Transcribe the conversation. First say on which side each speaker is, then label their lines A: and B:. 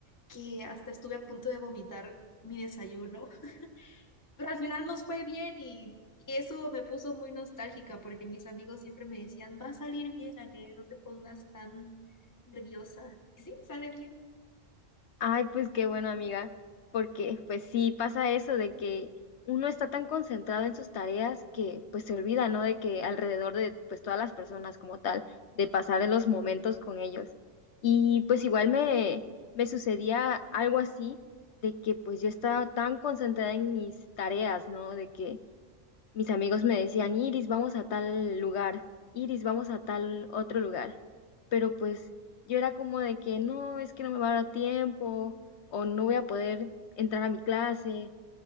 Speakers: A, on the left; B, on the left.
A: que hasta estuve a punto de vomitar mi desayuno, <laughs> pero al final nos fue bien y, y eso me puso muy nostálgica porque mis amigos siempre me decían, va a salir bien, Anel, no te pongas tan nerviosa. Y sí, sale bien.
B: Ay, pues qué bueno, amiga, porque pues sí pasa eso de que uno está tan concentrado en sus tareas que pues se olvida, ¿no? De que alrededor de pues todas las personas como tal, de pasar los momentos con ellos. Y pues igual me, me sucedía algo así, de que pues yo estaba tan concentrada en mis tareas, ¿no? De que mis amigos me decían, Iris, vamos a tal lugar, Iris, vamos a tal otro lugar. Pero pues yo era como de que no, es que no me va a dar tiempo o no voy a poder entrar a mi clase,